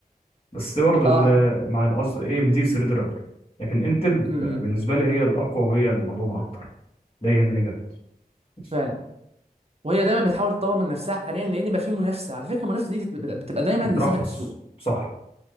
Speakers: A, on the left (about 35°); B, on the right (about 40°).
A: بس برضه ال-
B: اه
A: مع القصد اي ام دي الثريد ريبر لكن انتل
B: امم
A: بالنسبه لي هي الاقوى وهي المضمونه اكتر ده يهمني جدا بس
B: فعلا وهي دايما بتحاول تطور من نفسها حاليا لان بقى في منافسه على فكره المنافسه دي بت- بت- بتبقى دايما
A: بترخص
B: لصالح السوق
A: صح